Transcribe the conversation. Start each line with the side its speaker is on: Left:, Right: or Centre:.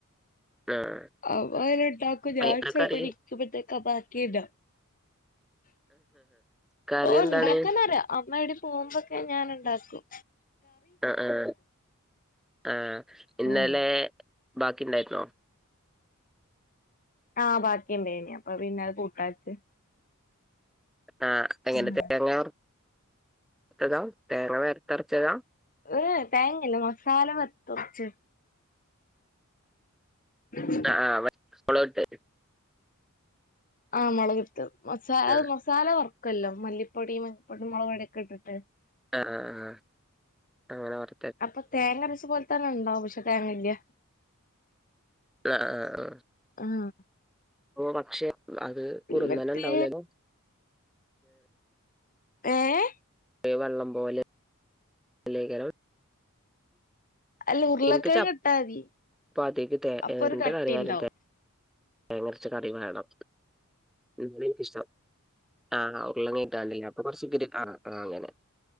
Centre: ആഹ്
Left: അവ അന ഉണ്ടാക്കും ഞാൻ
Centre: അയിക്ക
Left: ചറപ്പടിക്കുമ്പത്തേക്കാ
Centre: കറി
Left: ബാക്കിയല്ല
Centre: കറി
Left: ഓ
Centre: എന്താണ്
Left: ഉണ്ടാക്കുന്നറേ അമ്മ ഇടെ പോകുമ്പൊക്കെ ഞാനുണ്ടാക്കും
Centre: ആഹ ആഹ ആഹാ ഇന്നലെ
Left: ഉം
Centre: ബാക്കി ഉണ്ടായിരുന്നോ
Left: ആഹ് ബാക്കി ഉണ്ടേന അപ്പൊ പിന്നെത് കൂട്ടാച്ച്
Centre: ആഹ അങ്ങനെ
Left: ആഹ്
Centre: തേങ്ങത്തത തേങ്ങ വരത്തെറച്ചതാം
Left: ഏ് തേങ്ങല്ല മസാല പത്തച്ച് <inaudible>
Centre: ആഹ ആഹാ മ സ്കൂൾ വിട്ടു
Left: ആഹ് മുളകിട്ട മസ
Centre: ആഹ്
Left: മസാല വർക്കല്ലോ മല്ലിപ്പൊടിയ മഞ്ഞപ്പൊടിയും മുളക്ടൊക്കെ ഇട്ടിട്ട്
Centre: ആഹ ആഹ ആഹ അങ്ങനെ പറ
Left: അപ്പൊ തേങ്ങ അരച്ച പോലെ തന്നെ ഉണ്ടാവും പക്ഷെ തേങ്ങല്
Centre: ആഹ ആഹ
Left: ആഹ്
Centre: ആഹ പക്ഷെ അത് കുറന
Left: എന്നിട്ട്
Centre: ഉണ്ടാവൂലേല്ലോ
Left: ഏഹ
Centre: വെള്ളം പോലെ ലേഖരം
Left: അല്ല ഉരുളക്കിഴങ്ങ്
Centre: എനിക്ക് ചപ്പദ്യേക്ക്
Left: ഇട്ടാ മതി അപ്പൊ
Centre: എന്താ
Left: ഒരു കട്ടി
Centre: കറി ആയാലും
Left: ഉണ്ടാവും
Centre: തേങ്ങരച്ച കറി വേണം എ എനിക്കിഷ്ടം ആഹ ഉങ്ങ കിണ്ടില്ല അ കുറച്ച ഒക്കരി ആഹ ആഹ അങ്ങനെ